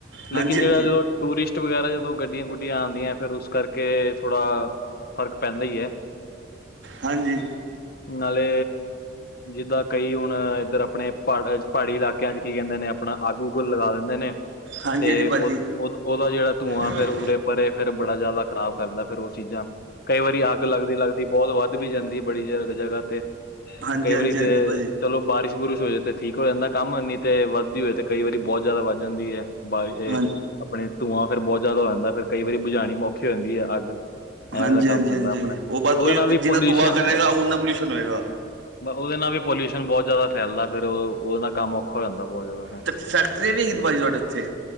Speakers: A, on the right; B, on the left.
A: ਹਾਂਜੀ
B: ਲੇਕਿਨ ਜਿਹੜਾ
A: ਹਾਂਜੀ
B: ਜੋ ਟੂਰਿਸ਼ਟ ਵਗੈਰਾ ਜਦੋਂ ਗੱਡੀਆਂ ਗੁੱਡੀਆਂ ਆਂਦੀਐ ਫੇਰ ਉਸ ਕਰਕੇ ਥੋੜਾ ਫਰਕ ਪੈਂਦਾ ਈ
A: ਹਾਂਜੀ।
B: ਨਾਲੇ ਜਿੱਦਾਂ ਕਈ ਹੁਣ ਇੱਧਰ ਆਪਣੇ ਪਾੜਾ ਚ ਪਹਾੜੀ ਇਲਾਕਿਆਂ ਚ ਕੀ ਕਹਿੰਦੇ ਨੇ ਆਪਣਾ ਅੱਗ ਉੱਗ ਲਗਾ ਦੇ ਦੇ ਨੇ
A: ਹਾਂਜੀ
B: ਤੇ
A: ਹਾਂਜੀ ਭਾਜੀ
B: ਉਹ ਉਹਦਾ ਜਿਹੜਾ ਧੂੰਆਂ
A: ਹਮ
B: ਫੇਰ ਉਰੇ ਪਰੇ ਫੇਰ ਬੜਾ ਜਾਦਾ ਖਰਾਬ ਕਰਦੈ ਫੇਰ ਉਹ ਚੀਜ਼ਾਂ ਕਈ ਵਾਰੀ ਅੱਗ ਲੱਗ ਲੱਗਦੀ ਬੋਤ ਵੱਧ ਵੀ ਜਾਂਦੀ ਏ ਬੜੀ ਜ ਜਗ੍ਹਾ ਤੇ
A: ਹਾਂਜੀ
B: ਕਈ
A: ਹਾਂਜੀ
B: ਵਾਰੀ ਤੇ
A: ਹਾਂਜੀ ਭਾਜੀ
B: ਚਲੋ ਬਾਰਿਸ਼ ਬੁਰਿਸ਼ ਹੋ ਜੇ ਤੇ ਠੀਕ ਹੋ ਜਾਂਦਾ ਕੰਮ, ਨੀ ਤੇ ਵੱਧਦੀ ਹੋਏ ਤੇ ਕਈ ਵਾਰੀ ਬੋਤ ਜਾਦਾ ਵੱਧ ਜਾਂਦੀ ਏ। ਬਾ ਏ
A: ਹਾਂ
B: ਆਪਣੇ ਧੂੰਆਂ ਫੇਰ ਬੋਤ ਜਾਦਾ ਹੋ ਜਾਂਦਾ, ਫੇਰ ਕਈ ਵਾਰੀ ਬੁਝਾਣੀ ਔਖੀ ਹੋ ਜਾਂਦੀ ਐ ਅੱਗ। ਐਵੇਂ
A: ਹਾਂਜੀ
B: ਦਾ ਕੰਮ
A: ਹਾਂਜੀ
B: ਹੋ ਜਾਂਦਾ
A: ਹਾਂਜੀ ਹਾਂਜੀ
B: ਆਪਣਾ, ਤੇ
A: ਉਹ ਬਸ
B: ਉਹਦੇ
A: ਉਹ
B: ਨਾਲ ਵੀ
A: ਜਿੰਨਾ
B: ਪੋਲਿਊਸ਼ਨ
A: ਧੂੰਆ ਕਰੇਗਾ ਉਨਾ ਪੋਲਿਊਸ਼ਨ ਹੋਏਗਾ
B: ਉਹਦੇ ਨਾਲ ਵੀ ਪੋਲਿਯੂਸ਼ਨ ਬੋਤ ਜਾਦਾ ਫੈਲਦਾ ਫੇਰ ਉਹ ਉਹਦੇ ਨਾਲ ਕੰਮ ਔਖਾ ਹੋ ਜਾਂਦਾ ਬਹੁਤ ਜਾਦਾ।
A: ਤੇ ਫੈਕਟਰੀਆਂ ਵੀ ਹੈਗੀ ਭਾਜੀ ਤੁਹਾਡੇ ਉੱਥੇ